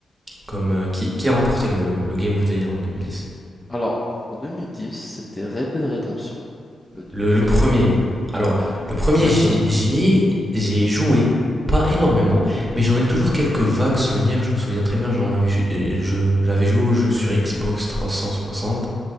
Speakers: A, on the right; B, on the left.
A: comme euh, qui, qui a remporté le, le Game of the Year en deux mille dix
B: Alors, pour 2010, c'était Red Dead Redemption, le,
A: Le,
B: le premier
A: le premier.
B: du nom.
A: Alors,
B: Ouais,
A: le premier,
B: exactement.
A: j'y j'y ai, j'y ai joué, pas énormément, mais j'en ai toujours quelques vagues souvenirs. Je me souviens très bien, j'en avais, ju- et je- j'avais joué au jeu sur Xbox 360